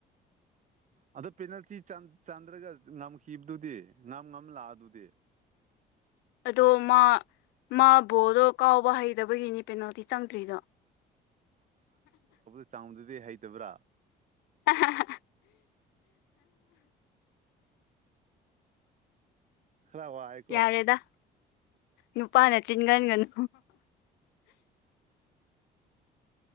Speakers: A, on the right (about 45°); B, on the left (about 85°).
A: ꯑꯗꯣ ꯄꯦꯅꯥꯜꯇꯤ ꯆꯥꯟꯗ꯭ꯔꯒ ꯉꯝꯈꯤꯕꯗꯨꯗꯤ ꯉꯝ ꯉꯝ ꯂꯥꯛꯑ ꯑꯗꯨꯗꯤ
B: ꯑꯗꯣ ꯃꯥ ꯃꯥ ꯕꯣꯗꯣ ꯀꯥꯎꯕ ꯍꯩꯇꯕꯒꯤꯅꯤ ꯄꯦꯅꯥꯜꯇꯤ ꯆꯪꯗ꯭ꯔꯤꯗꯣ
A: ꯆꯥꯡꯗꯗꯤ ꯍꯩꯇꯕ꯭ꯔꯥ?
B: <unintelligible>
A: ꯈꯔ ꯋꯥꯏ
B: ꯌꯥꯔꯦꯗ ꯅꯨꯄꯥꯅ ꯆꯤꯟꯀꯟꯒꯅꯨ